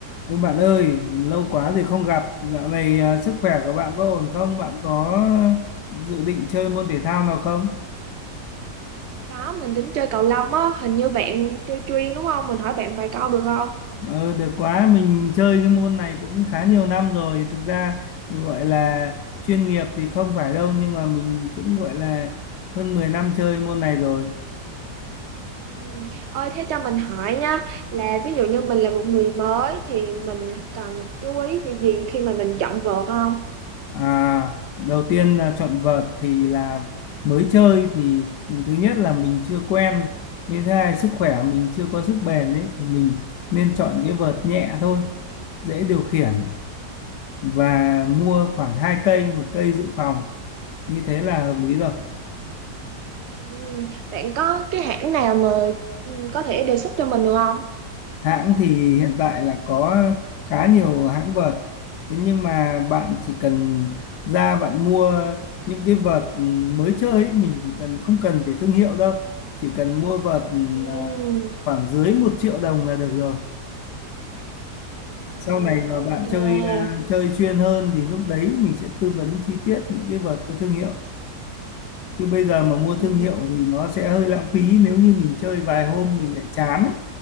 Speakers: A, on the left (about 75°); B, on the right (about 70°).
A: Ôi bạn ơi, lâu quá rồi không gặp. Dạo này à, sức khỏe của bạn có ổn không? Bạn có dự định chơi môn thể thao nào không?
B: Có, mình tính chơi cầu lông á, hình như bạn chơi chuyên đúng không? Mình hỏi bạn vài câu được không?
A: Ờ, được quá, mình chơi cái môn này cũng khá nhiều năm rồi. Thực ra gọi là chuyên nghiệp thì không phải đâu, nhưng mà mình cũng gọi là hơn 10 năm chơi môn này rồi.
B: Ừ. Ơi, thế cho mình hỏi nha, là ví dụ như mình là một người mới thì mình cần chú ý cái gì khi mà mình chọn vợt không?
A: À, đầu tiên là chọn vợt thì là mới chơi thì thứ nhất là mình chưa quen với thứ hai sức khỏe mình chưa có sức bền ấy thì mình nên chọn cái vợt nhẹ thôi dễ điều khiển và mua khoảng hai cây một cây dự phòng như thế là hợp lý rồi
B: Ừ. Bạn có cái hãng nào mà ừ, có thể đề xuất cho mình được không?
A: hãng thì hiện tại là có khá nhiều hãng vợt thế nhưng mà bạn chỉ cần ra bạn mua những cái vợt ừ, mới chơi ấy, mình chỉ cần không cần phải thương hiệu đâu chỉ cần mua vợt ừ,
B: Ừ.
A: à, khoảng dưới một triệu đồng là được rồi
B: À,
A: sau này mà
B: ok.
A: bạn chơi à, chơi chuyên hơn thì lúc đấy mình sẽ tư vấn chi tiết những cái vợt có thương hiệu chứ bây giờ mà mua
B: Ừ.
A: thương hiệu thì nó sẽ hơi lãng phí nếu như mình chơi vài hôm mình lại chán ấy,